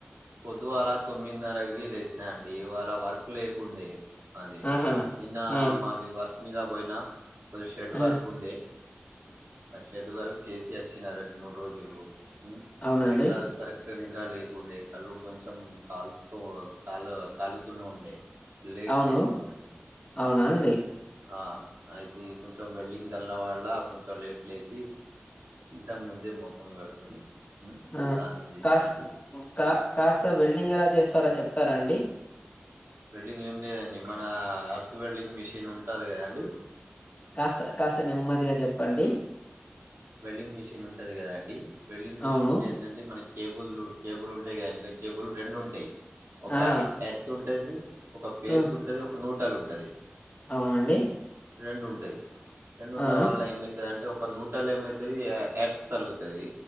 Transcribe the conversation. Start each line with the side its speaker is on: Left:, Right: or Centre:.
Right: పొద్దువాల తొమ్మిదిన్నరకి లేసీనాండి ఇవాళ వర్క్ లేకుండే మాది
Left: ఆహా
Right: నిన్న
Left: ఆ
Right: మాది వర్క్ మీదాబొయినా కొంచదిం షెడ్
Left: ఆ
Right: వర్క్ ఉండే ఆ షెడ్ వర్క్ చేసి వచ్చినారండి మూడు రోజులు
Left: అవునండి
Right: నైట్లా క్కర ఇ నిద్ర లేకుండే కళ్ళు కొంచెం కాల్స్త కాలు కాలుతూనే ఉండే లేట్లు
Left: అవును
Right: వేసినండి
Left: అవునా అండి
Right: ఆ అయితే కొంచెం వెల్డింగ్ దల్న వాళ్ల కొంచెం లేట్లు వసి ఇంతకు ముందే మొఖం కడుకొని ఉమ్
Left: ఆ
Right: స్నానం చేసినండి
Left: కాస్ కా కాస్త బిల్డింగ్ ఎలా చేస్తారా చెప్తారా అండి
Right: వెల్డింగ్ ఏం లేదండి మన అర్త్ వెల్డింగ్ మిషిన్ ఉంటది కదాండి
Left: కాస్త కాస్త నెమ్మదిగా చెప్పండి
Right: వెల్డింగ్ మిషన్ ఉంటది కదా అండి వెల్డింగ్ మిషిన్
Left: అవును
Right: కేందంటే మన కేబుల్ కేబుల్ ఉంటాయి కదా ఎనక కేబుల్ రెండు ఉంటాయి ఒక
Left: ఆహా
Right: ఎర్త్ వుంట్ టజీ ఒక పేస్
Left: ఆ
Right: ఉంటది ఒక నోట్ టలు ఉంటది.
Left: అవునండి
Right: రెండు ఉంటాయి రెండున్న
Left: ఆ
Right: వాళ్ళ ఏమయితది అంటే టోకెన్ పట్టలు ఏమైతది ఎర్త్ తలుగుతది.